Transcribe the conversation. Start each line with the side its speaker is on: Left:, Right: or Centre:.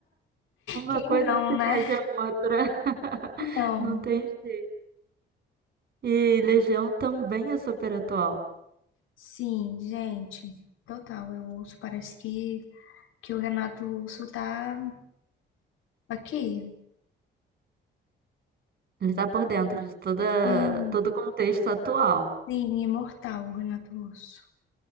Right: <laughs> Uma
Left: Quem
Right: coisa
Left: não,
Right: se
Left: né?
Right: pede a outra. <laughs>
Left: Não,
Right: Não tem jeito. E Legião também é super atual.
Left: sim, gente, total. Eu ouço, parece que que o Renato Russo tá aqui.
Right: Ele tá por dentro de toda,
Left: Sim,
Right: todo o contexto atual.
Left: sim, imortal, o Renato Russo.